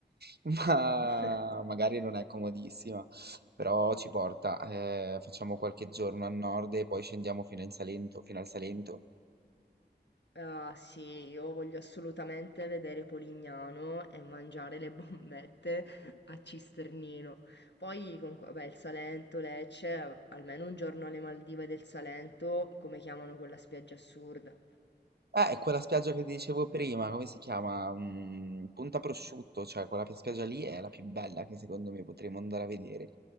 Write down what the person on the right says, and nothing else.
me, <laughs> ma
magari non è comodissima, però ci porta. eh, facciamo qualche giorno a nord e poi scendiamo fino in Salento, fino al Salento.
Eh, è quella spiaggia che ti dicevo prima, come si chiama? Mm, Punta Prosciutto, cioè quella pi- spiaggia lì è la più bella che secondo me potremmo andare a vedere.